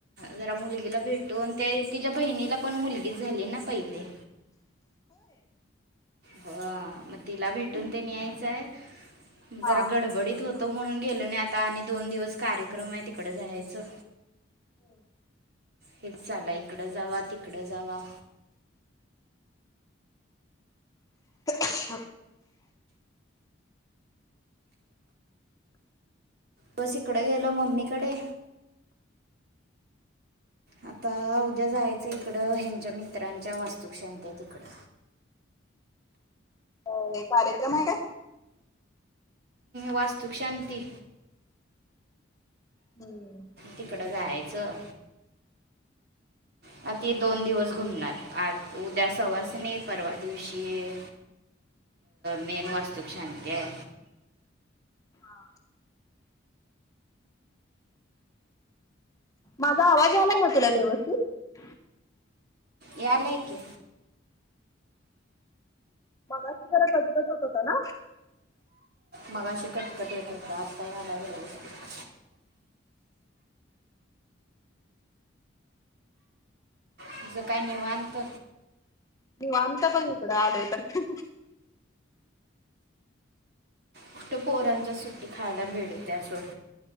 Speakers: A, on the right; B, on the left.
A: जरा मुलगीला भेटून ते तिच्या बहिणीला पण मुलगीच झाली ना पहिले
B: ह <inaudible>
A: ह मग तिला भेटून ते न्यायचंय
B: हा
A: जरा गडबडीत होत तो म्हणून गेलो नाही आता आणि दोन दिवस कार्यक्रम आहे तिकड जायचं
B: हम् <unintelligible>
A: हेच चाला इकडं जावा तिकडं जावा
B: अा <unintelligible>
A: बस इकडे गेलो मम्मीकडे आता उद्या जायचंय तिकडं ह्यांच्या मित्रांच्या वास्तुकशान्ति तिकडं
B: अ कार्यक्रम आहे काय
A: वास्तूक शांती
B: हम्म
A: तिकडं जायचं आ ते दोन दिवस घुमणार आत उद्या सवासनी नाही परवा दिवशी मेन वास्तुक शांती आहे
B: हा माझा आवाजयालाय ना तुला व्यवस्थित
A: यालाय की
B: मगाशी जरा कटकट होत होता ना
A: मगा शी कटकट येत होता आता यालाय व्यवस्थित तुझं काय निवांत
B: निवांत बघ हिकडं आलोय तर
A: कुठं पोहरांच्या सुट्टी खायला भेड होत्या सोड